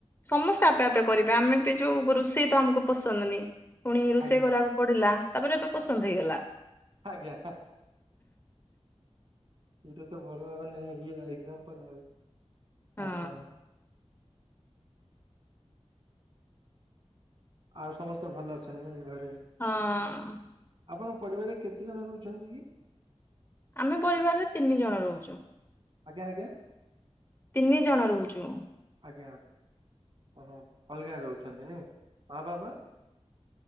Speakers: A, on the left; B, on the right.
A: ସମସ୍ତେ ଆପେ ଆପେ କରିବେ ଆମେ ବି ଯୋଉ ରୋଷେଇ ତ ଆମକୁ ପସନ୍ଦନି ପୁଣି ରୋଷେଇ
B: ଆଜ୍ଞା
A: କରିବାକୁ ପଡିଲା ତାପରେ ଏବେ ପସନ୍ଦ ହେଇଗଲା।
B: ଆଜ୍ଞା। ଏଇଟା ତ ବଡ ମାନେ ଇଏ ଏଗଯାମ୍ପଲୁ ଆ
A: ହଁ
B: ଆଉ କଣ। ଆଉ ସମସ୍ତେ ଭଲ ଅଛନ୍ତି ନାଇ ଘରେ?
A: ହଁ।
B: ଆପଣ ପରିବାରରେ କେତେ ଜଣ ରହୁଛନ୍ତି କି?
A: ଆମେ ପରିବାରରେ ତିନି ଜଣ ରହୁଛୁ।
B: ଆଜ୍ଞା ଆଜ୍ଞା।
A: ତିନି ଜଣ ରହୁଛୁ।
B: ଆଜ୍ଞା ଓହୋ ଅଲଗା ରହୁଛନ୍ତି ନାଇ, ମା ବାବା?